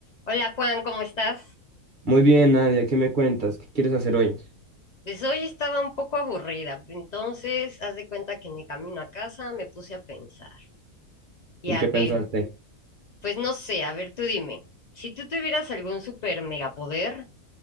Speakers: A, on the left (about 50°); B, on the right (about 45°).
A: Hola Juan, ¿cómo estás?
B: Muy bien, Nadia, ¿qué me cuentas? ¿Qué quieres hacer hoy?
A: Pues hoy estaba un poco aburrida, entonces haz de cuenta que en el camino a casa me puse a pensar. Y
B: ¿En
A: a
B: qué
A: ver,
B: pensaste?
A: pues no sé, a ver tú dime, si tú tuvieras algún super megapoder,